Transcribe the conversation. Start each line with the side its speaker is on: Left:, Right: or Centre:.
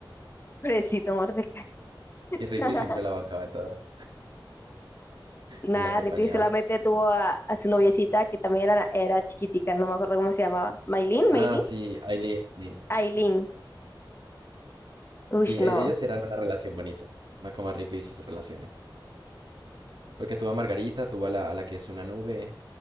Left: pobrecito Mordecai.
Right: Y Rigby
Left: <laughs>
Right: siempre la bancaba en todo
Left: Nada,
Right: y la acompañaba.
Left: Rigby solamente tuvo a, a su noviecita que también era, era chiquitica, no me acuerdo cómo se llamaba. ¿Maylin?
Right: Ah,
Left: ¿Maylin?
Right: sí, Aileen.
Left: Aileen. Uy,
Right: Sí,
Left: no.
Right: e- ellos eran una relación bonita, no como Rigby y sus relaciones. Porque tuvo a Margarita, tuvo a la, a la que es una nube